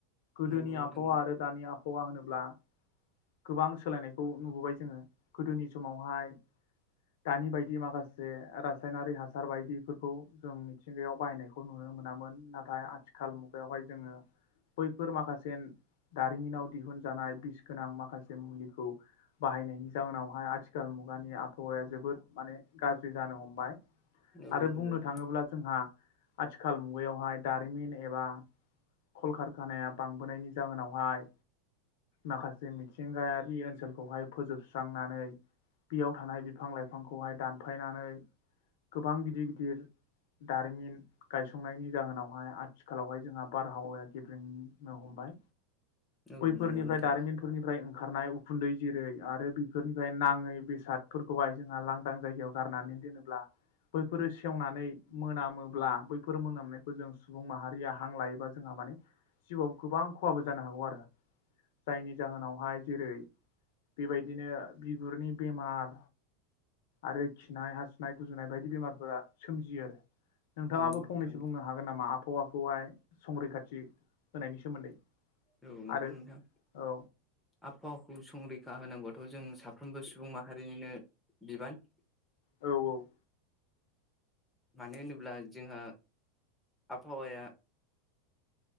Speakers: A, on the left (about 65°); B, in the centre.
A: गोदोनि
B: नंगौ नोंथां
A: आबहावा आरो दानि आब आबहावा होनोब्ला गोबां सोलायनायखौ नुबोबाय जोङो गोदोनि समावहाय दानि बायदि माखासे रासायनारि हासार सार बायदिफोर खौ जों मिथिंगायाव बाहायनायखौ नुनो मोनोमोन। नाथ नाथाय आथिखाल मुगायावहाय जोङो बैफोर माखासे दारिमिनाव दिहुनजानाय बिस गोनां माखासे मुलिखौ बाहायनायनि जाहोनावहाय आथिखाल मुगानि आबहावाया जोबोद माने गाज्रि जानो हमबाय
B: औ
A: आरो
B: नंगौ
A: बुंनो
B: नोंथां
A: थाङोब्ला जोंहा आ आथिखाल मुगायावहाय दारिमिन एबा खलकारखानाया बांबोनायनि जाहोनाव माय माखासे जे मिथिंगायारि ओनसोलखौहाय फोजोबस्रांनानै बेयाव थानाय बिफां लाइफांखौहाय दानफायनानै गोबां गिदिर गिदिर दारिमिन गायसंनायनि जाहोनावहाय आथिखालावहाय जोंहा बारहावाया गेब्रेंनो हमबाय।
B: औ
A: बैफोरनिफ्राय
B: नंगौ नोंथां
A: दारिमिनफोरनिफ्राय खारनाय उखुन्दै जेरै आरो। बेफोरनिफ्राय नाङै बेसादफोरखौहाय जोंहा लांदां जायगायाव गारनानै दोनो ब्ला बैफोरो सेवनानै मोनामोब्ला बैफोर मोनामनायखौ जों सुबुं माहारिया हां लायोबा जोंहा माने जिउआव गोबां खहाबो जानो हागौ आरो। जायनि जाहोनावहाय जेरै बेबायदिनो बिगुरनि बेमार आरो खिनाय हासुनाय गुजुनाय बायदि बेमारफोरा सोमजियो आरो। नोंथाङाबो
B: नंगौ नोंथां
A: फंनैसो बुंनो हागोन नामा? आबहावाखौहाय संरैखाथि होनायनि सोमोन्दै
B: रौ नंगौ
A: आरो
B: नोंथां
A: औ
B: आबहावाखौ संरैखा होनांगौ दाथ' जों साफ्रोमबो सुबुं माहारिनिनो बिबान
A: औ औ
B: मानो होनोब्ला जोंहा आबहावाया